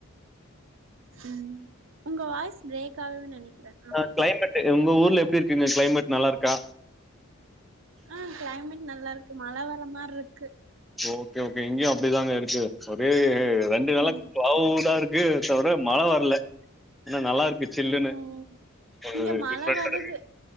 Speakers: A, on the right (about 65°); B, in the centre.
A: ம் உங்க வாய்ஸ் பிரேக் ஆகுதுன் நெனைக்றே
B: அ கிளைமேட்டு உங்க ஊர்ல எப்டி இருக்குங்க கிளைமேட் நல்லாருக்கா
A: அ கிளைமேட் நல்லாருக்கு மழ வர மார்ருக்கு
B: ஓகே ஓகே இங்கியு அப்டிதாங்க இருக்கு ஒரே ரெண்டு நாள்லக்
A: ம்
B: கிளவுடாருக் இருக்கு தவிர மழ வரல ஆனா நல்லா இருக்கு ஜில்லுனு
A: ம் இங்க
B: ஒரு
A: மழ
B: டிஃப்றென்ட்டாருக்
A: வருது